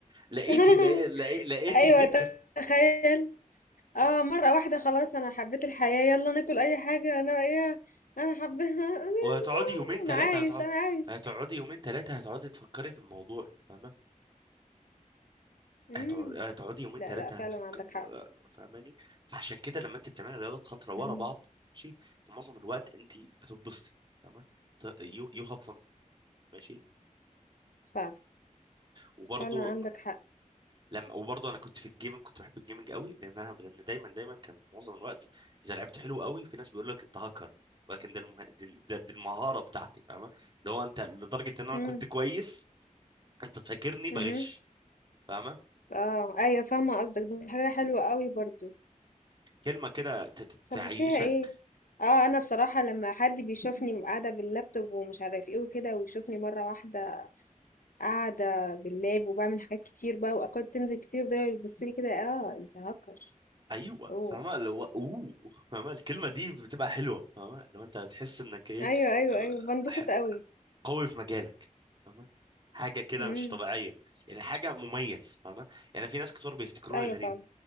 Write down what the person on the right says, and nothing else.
لقيتي
لقي- لقي- لقيتي
فكر
وهتقعدي يومين ثلاثه
هتقعد
هتقعدي يومين ثلاثه هتقعدي تفكري في الموضوع فاهمه
هتقعد- هتقعدي يومين
ثلاثة
هتفك
فاهماني فعشان كده لما انت بتعملي رياضات خطرة ورا
بعض ماشي انت معظم الوقت انت بتتبسطي فاهمة يو يو هاف فن ماشي
وبرضه
لما وبرضه انا كنت في الجيمنج كنت بحب الجيمنج قوي لان انا لان دايما دايما كان معظم الوقت اذا لعبت حلو قوي في ناس بيقول لك انت هاكر ولكن ده المه... دي, ده- دي المهارة بتاعتي فاهمة اللي هو انت لدرجة ان انا
كنت كويس انت تفكرني
بغش فاهمة
كلمة كده ت- ت- تعيشك
ايوه
فاهمه اللي هو اوه فاهمه الكلمه دي بتبقى حلوه فاهمه لو انت بتحس انك ايه
ح-
قوي في مجالك فاهمه حاجه كده
مش طبيعيه يعني حاجه مميز فاهمه يعني في ناس كتير بيفتكروني
غريب